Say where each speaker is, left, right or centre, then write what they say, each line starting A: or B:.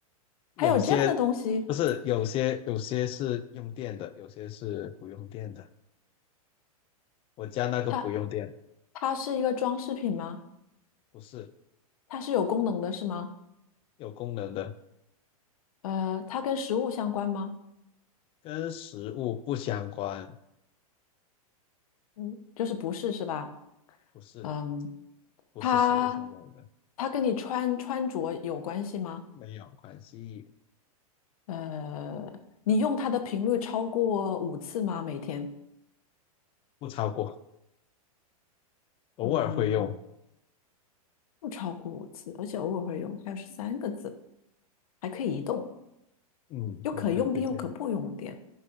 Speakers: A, on the left; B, on the left.
A: 有些
B: 还有这样的东西，
A: 不是有些有些是用电的，有些是不用电的。我家那个不用电，
B: 它它是一个装饰品吗？
A: 不是
B: 它是有功能的，是吗？
A: 有功能的，
B: 呃，它跟食物相关吗？
A: 跟食物不相关，
B: 嗯，就是不是是吧？
A: 不是
B: 嗯，
A: 不是食物相关的，
B: 它它跟你穿穿着有关系吗？
A: 没有关系，
B: 呃，你用它的频率超过五次吗？每天？
A: 不超过，偶尔会用。
B: 嗯，不超过五次，而且偶尔会用。还有十三个字，还可以移动，
A: 嗯嗯，
B: 又可用电又可不用电。
A: 很接近。